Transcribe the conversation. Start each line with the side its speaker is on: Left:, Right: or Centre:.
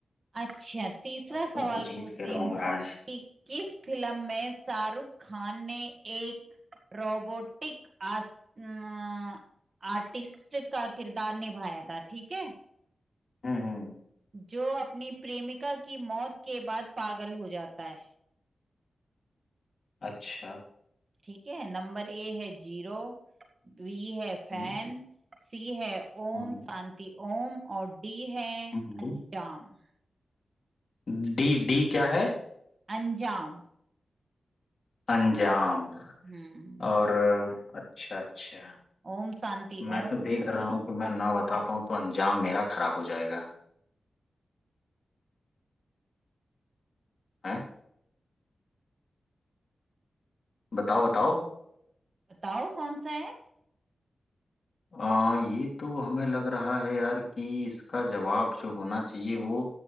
Right: अच्छा तीसरा
Left: अब
Right: सवाल
Left: तो मैं जीत
Right: पूछती
Left: के रहूंगा
Right: हूँ कि
Left: आज
Right: किस फिल्म में शाहरुख खान ने एक रोबोटिक आस, अम, आर्टिस्ट का किरदार निभाया था ठीक है
Left: हम्म हम्म,
Right: जो अपनी प्रेमिका की मौत के बाद पागल हो जाता है
Left: अच्छा
Right: ठीक है नंबर ए है जीरो बी है फैन
Left: हम्म
Right: सी है ओम
Left: हम्म
Right: शांति ओम और डी है
Left: हम्म।
Right: अंजाम
Left: हम्म। डी डी क्या है
Right: अंजाम
Left: अंजाम
Right: हम्म
Left: और अच्छा अच्छा
Right: ओम शांति
Left: मैं
Right: ओम
Left: तो देख रहा हूँ कि मैं ना बता पाऊँ तो अंजाम मेरा खराब हो जाएगा हैं बताओ बताओ
Right: बताओ कौन सा है
Left: आ, ये तो हमें लग रहा है यार कि इसका जवाब जो होना चाहिए वो